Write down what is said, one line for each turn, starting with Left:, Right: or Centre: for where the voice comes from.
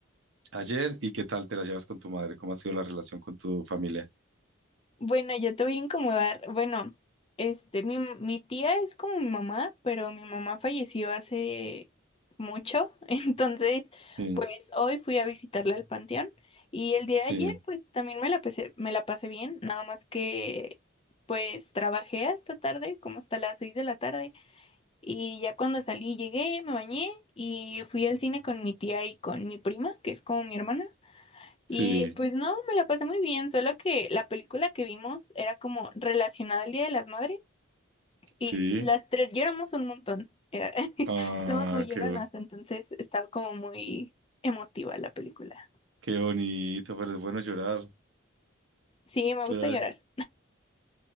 Right: Ayer, ¿y qué tal te la llevas con tu madre? ¿Cómo ha sido la relación con tu familia?
Left: Bueno, yo te voy a incomodar. Bueno, este, mi, mi tía es como mi mamá, pero mi mamá falleció hace mucho, <laughs> entonces,
Right: Sí,
Left: pues hoy fui a visitarla al panteón y el día
Right: sí,
Left: de ayer, pues también me la pasé, me la pasé bien, nada más que, pues trabajé hasta tarde, como hasta las seis de la tarde. Y ya cuando salí, llegué, me bañé y fui al cine con mi tía y con mi prima, que es como mi hermana.
Right: sí,
Left: Y pues no, me la pasé muy bien, solo que la película que vimos era como relacionada al Día de las Madres
Right: sí.
Left: y las tres lloramos un montón. Era, <laughs>
Right: Ah,
Left: somos muy lloronas,
Right: qué, bo-
Left: entonces estaba como muy emotiva la película.
Right: qué bonito, pero es bueno llorar.
Left: Sí, me
Right: Llorar
Left: gusta llorar.
Right: es,